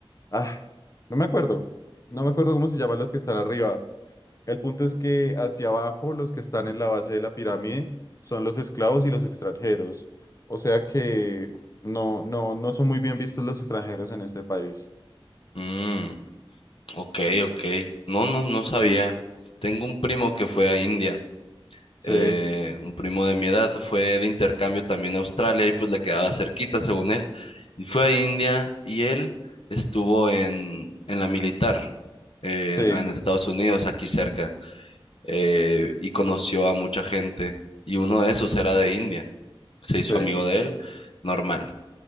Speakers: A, on the left; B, on the left.
A: Ah, no me acuerdo. No me acuerdo cómo se llaman los que están arriba. El punto es que hacia abajo, los que están en la base de la pirámide son los esclavos y los extranjeros. O sea que no, no, no son muy bien vistos los extranjeros en este país.
B: Mm, ok, ok. No, no, no sabía.
A: Sí,
B: Tengo un primo que fue a India.
A: sí,
B: eh, un primo de mi edad fue de intercambio también a Australia y pues le quedaba cerquita, según él, y fue a India y él estuvo en, en la militar, eh,
A: sí,
B: en, en Estados Unidos, aquí cerca, eh, y conoció a mucha gente y uno de esos era de India, se hizo
A: sí.
B: amigo de él, normal.